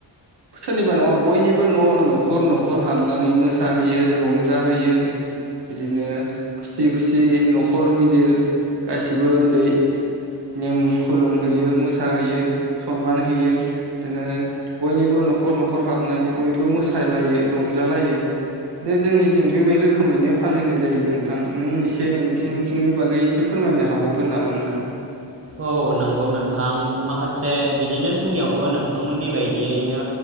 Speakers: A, on the right (about 65°); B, on the right (about 30°).
A: सोरनिबा नङा बयनिबो बबो न' न'खर न'खर हाबनानै मोसाहैयो रंजाहैयो बिदिनो खुसि खुसि न'खर गिदिर गासिबो उन्दै निम खुलुम होयो मोसाहैयो सनमान होयो बिदिनो बयनिबो न'खर न'खर हाबनानै बयबो बो मोसायलायो रंजालायो बे जोंनिथिं बेबाय रोखोमैनो फालिनाय जायो नोंथां नों एसे नोंसिनिथिंनि बागै एसे फोरमायनो हाबावगोन नामा नोंथां?
B: औ नंगौ नोंथां माखासे बिदिनो जोंनियावबो नोंथांमोननि बायदियैनो